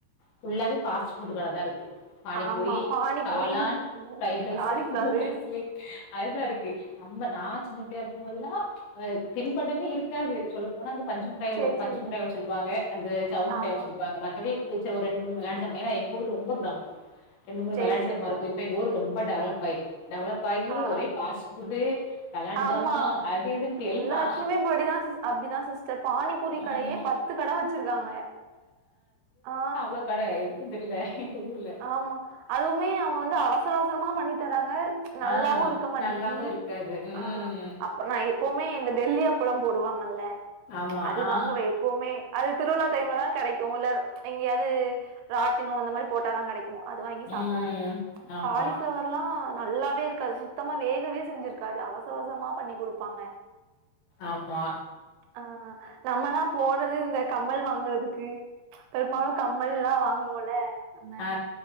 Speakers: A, on the left; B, on the right.
A: ஃபுல்லாவே ஃபாஸ்ட் ஃபுட் கட தா இருக்கு பானிப்பூரி
B: ஆமா பானிபூரி
A: காளான்
B: ம்
A: ஃப்ரைடு ரைஸு
B: காலிஃப்ளவரு
A: நூடுல்ஸு அதுதா இருக்கு நம்ம நா சின்ன பிள்ளயா இருக்கம் போதெல்லா அ தின்பண்டமே இருக்காது சொல்ல போனா அந்த பஞ்சுமுட்டாய்
B: சேரி
A: பஞ்சுமுட்டாய்
B: சேரி
A: வச்சிருப்பாங்க அந்த ஜவ்வு முட்டாய்
B: ஆமா
A: வச்சிருப்பாங்க மத்தபடி ஒரு ரெண்டு மூனு வெளாட்டு ஜாமா ஏனா எங் க ஊர் ரொம்ப கிராமோ ரெண்டு மூனு
B: சேரி
A: வெளாட்டு ஜாமா
B: சேரி
A: இருக்கு
B: ஆ
A: இப்ப எங்க ஊர் ரொம்ப டெவலப் ஆய்ட்டு டெவலப் ஆயி
B: ஆ
A: ஒரே
B: ஆ
A: ஃபாஸ்ட் ஃபுட்டு வெளாட்டு
B: ஆமா
A: ஜாமா அது இதுன்ட்டு
B: எல்லாத்துலயுமே
A: எல்லா
B: படிதா அப்டிதா சிஸ்டர் பானிபூரி கடையே
A: ஆமா
B: பத்து கட வச்சிருக்காங்க ஆ
A: ன கட எதுக்குன் தெர்ல எங்கூர்ல
B: ஆமா அதுவுமே அவங்க வந்து அவசர அவசரமா பண்ணி தராங்க நல்லாவு
A: ஆ
B: இருக்க மாட்டிக்கி
A: நல்லாவு இருக்காது. ம்
B: ஆ அப்ப நா எப்பவுமே இந்த டெல்லி அப் அப்ளோ போடுவாங்கல்ல
A: ஆமா.
B: அது
A: ஆ
B: வாங்குவே எப்பவுமே அது திருவிழா டைம்ல தா கெடைக்கூ இல்ல எங்கயாவ்து ராட்டினோ இந்த மாறி போட்டாதா கெடைக்கூ அது வாங்கி சாப்டுவோ
A: ம் ஆமா,
B: காலிஃப்ளவர்லா நல்லாவே இருக்காது சுத்தமா வேகவே செஞ்சிர்க்காது அவசர அவசரமா பண்ணி குடுப்பாங்க
A: ஆமா
B: ஆ நம்மல்லா போறது இந்த கம்மல் வாங்குறதுக்கு பெரும்பாலு கம்மல்லா வாங்குவோல நம்ம
A: ஆ